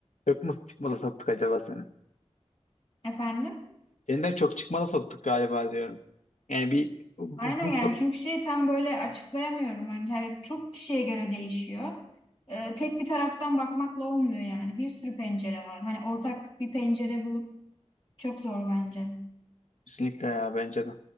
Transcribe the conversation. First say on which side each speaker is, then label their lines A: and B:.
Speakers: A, on the left; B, on the left.
A: Çok mu çıkmaza soktuk acaba seni?
B: Efendim?
A: Seni de çok çıkmaza soktuk galiba diyorum. Yani bir bu,
B: Aynen
A: bu
B: yani çünkü şey tam böyle açıklayamıyorum. Hani yani çok kişiye göre değişiyor. Ee, tek bir taraftan bakmakla olmuyor yani. Bir sürü pencere var. Hani ortak bir pencere bulup çok zor bence.
A: kesinlikle ya bence de.